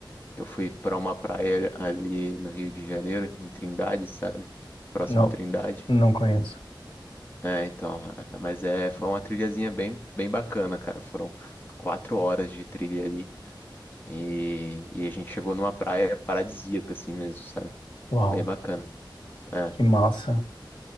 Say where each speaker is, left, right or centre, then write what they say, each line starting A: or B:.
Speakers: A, on the left; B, on the left.
A: Eu fui pra uma praia ali no Rio de Janeiro, em Trindade, sabe? Próxima
B: Não,
A: a Trindade.
B: não conheço.
A: É, então, a- mas é, foi uma trilhazinha bem, bem bacana, cara. Foram quatro horas de trilha ali. E, e a gente chegou numa praia paradisíaca, assim mesmo, sabe?
B: Uau,
A: Bem bacana. É.
B: que massa.